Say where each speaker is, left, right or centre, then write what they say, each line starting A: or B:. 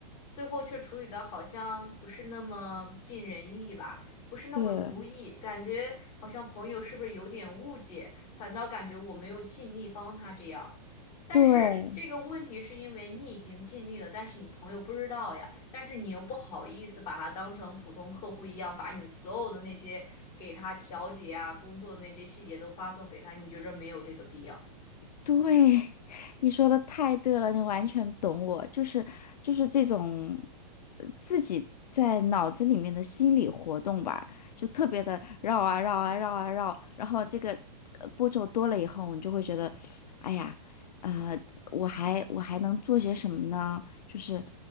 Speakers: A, on the left (about 25°); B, on the left (about 85°).
A: 最后却处理的好像不是那么尽人意吧，不是那么如意，
B: 对，
A: 感觉好像朋友是不是有点误解，反倒感觉我没有尽力帮他这样。但是这个问题是因为你已经尽力了，
B: 对，
A: 但是你朋友不知道呀，但是你又不好意思把他当成普通客户一样，把你所有的那些给他调解啊、工作的那些细节都发送给他，你觉着没有这个必要？
B: 对，你说的太对了，你完全懂我，就是就是这种呃自己在脑子里面的心理活动吧，就特别的绕啊绕啊绕啊绕，然后这个呃步骤多了以后，你就会觉得，哎呀，呃，我还我还能做些什么呢？就是